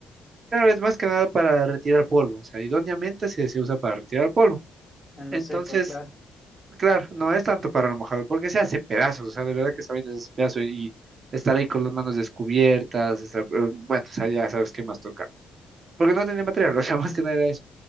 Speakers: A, on the right; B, on the left.
A: claro, es más que nada para retirar polvo. O sea, idóneamente se, se usa para retirar polvo.
B: En
A: Entonces,
B: lo seco, claro.
A: claro, no es tanto para lo mojado, porque se hace pedazos. O sea, de verdad que sabiendo ese pedazo y estar ahí con las manos descubiertas, estar- eh, bueno, o sea, ya sabes qué más toca. Porque no tenía material, o sea, <laughs> más que nada era eso.